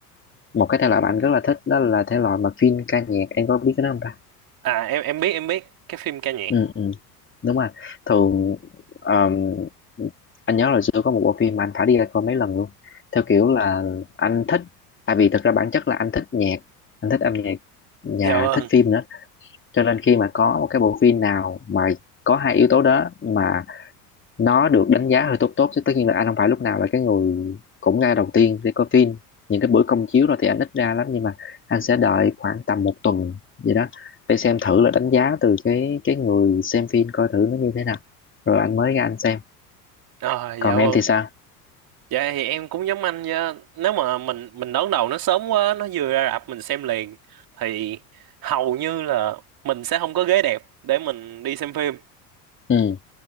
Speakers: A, on the left; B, on the right.
A: một cái thể loại mà anh rất là thích đó là thể loại mà chuyên ca nhạc em có biết cái đó không ta
B: à em em biết em biết cái phim ca nhạc
A: ừ, ừ. đúng rồi thường um, anh nhớ là xưa có một bộ phim mà anh phải đi ra coi mấy lần luôn theo kiểu là anh thích tại vì thực ra bản chất là anh thích nhạc anh thích âm nhạc và
B: dạ vâng
A: thích phim nữa cho nên khi mà có một cái bộ phim nào mà có hai yếu tố đó mà nó được đánh giá hơi tốt tốt chứ tất nhiên là anh không phải lúc nào là cái người cũng ngay đầu tiên để coi phim những cái bữa công chiếu rồi thì anh ít ra lắm nhưng mà anh sẽ đợi khoảng tầm một tuần gì đó để xem thử là đánh giá từ cái cái người xem phim coi thử nó như thế nào rồi anh mới ra anh xem
B: à
A: còn
B: dạ
A: em
B: vâng
A: thì sao
B: Dạ thì em cũng giống anh nha. Nếu mà mình mình đón đầu nó sớm quá, nó vừa ra rạp mình xem liền thì hầu như là mình sẽ không có ghế đẹp để mình đi xem phim.
A: ừ